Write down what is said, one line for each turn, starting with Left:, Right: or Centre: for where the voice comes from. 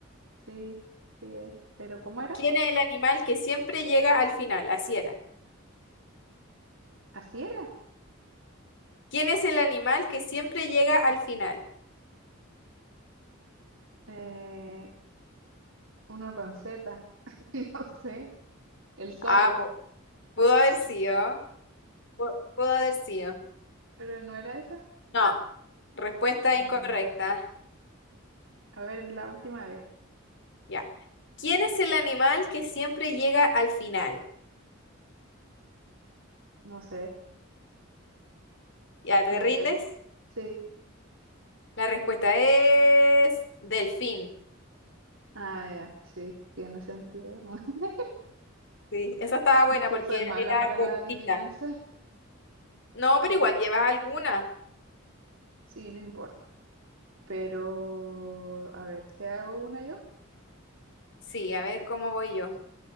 Right: sí, sí es. Pero ¿cómo era?
Left: ¿Quién es el animal que siempre llega al final? Así era.
Right: Así era.
Left: ¿Quién es el animal que siempre llega al final?
Right: Eh, uno con Z, <laughs> no sé, el zorro.
Left: Ah, pu- pudo haber sido. pu- Pudo haber sido.
Right: Pero no era esa.
Left: No, respuesta
Right: Mm,
Left: incorrecta.
Right: a ver, la última vez.
Left: Ya. ¿Quién es el animal que siempre llega al final?
Right: No sé,
Left: ¿Ya te
Right: no
Left: rindes?
Right: sé. Sí.
Left: La respuesta es delfín.
Right: Ah, ya, sí, tiene sentido. <laughs>
Left: Sí, esa estaba buena
Right: Es que
Left: porque
Right: soy
Left: era,
Right: mala para
Left: era cortita.
Right: la adivinanza.
Left: No, pero
Right: Sí,
Left: igual llevas alguna.
Right: sí, no importa. Pero, a ver, ¿te hago una yo?
Left: Sí, a ver cómo voy yo.